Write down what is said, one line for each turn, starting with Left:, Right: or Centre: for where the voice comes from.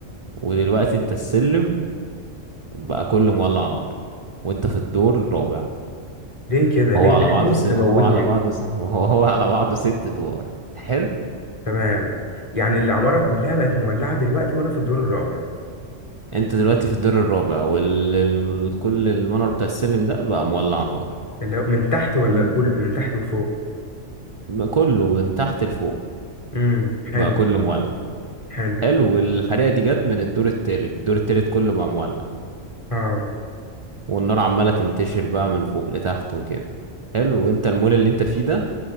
Right: ودلوقتي انت السلم بقى كله مولع نار وانت في الدور الرابع
Left: ليه كده
Right: وهو
Left: ليه
Right: على
Left: ليه
Right: بعضه
Left: عايز
Right: س...
Left: تموتني
Right: وهو على بعضه س... <laughs> وهو على بعضه ست ادوار حلو
Left: تمام يعني العمارة كلها بقت مولعة دلوقتي وانا في الدور الرابع
Right: انت دلوقتي في الدور الرابع وال ال- كل المنور بتاع السلم ده بقى مولع نار
Left: اللي هو من تحت ولا
Right: وكله
Left: كله من تحت وفوق
Right: كله من تحت لفوق
Left: امم حلو
Right: بقى كله مولع
Left: حلو
Right: حلو والحريقة دي جت من الدور التالت الدور التالت كله بقى مولع
Left: اه
Right: والنار عمالة تنتشر بقى من فوق لتحت وكده حلو وانت المول اللي انت فيه ده